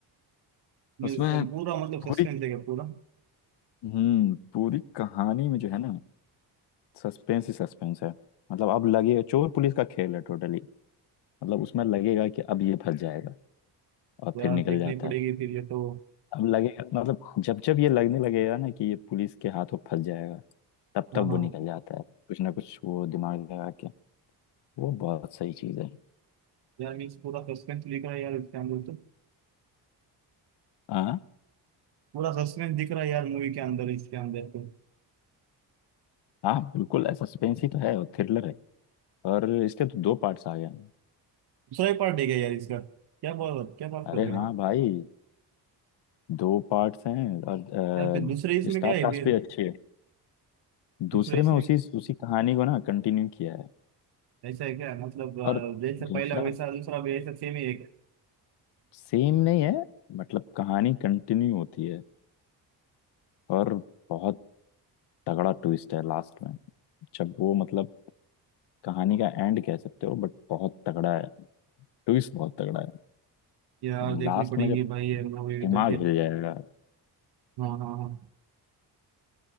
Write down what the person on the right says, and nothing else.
मीन्स पूरा मतलब
सस्पेंस है क्या पूरा
यार
देखनी
पड़ेगी
फिर ये तो
हाँ
हाँ
यार मीन्स पूरा सस्पेंस दिख रहा है यार इसके अंदर तो
पूरा सस्पेंस दिख रहा है यार मूवी के अंदर इसके अंदर तो
दूसरा ही पार्ट है क्या यार इसका क्या बात क्या बात
कर रहे
हो आप
यार फिर दूसरे इसमें
क्या है
फिर
दूसरे इसमें
ऐसा है क्या मतलब अ,
जैसा
पहला वैसा दूसरा भी ऐसा सेम ही है क्या?
यार
देखनी
पड़ेगी
भाई ये मूवी
तो फिर
हाँ हाँ हाँ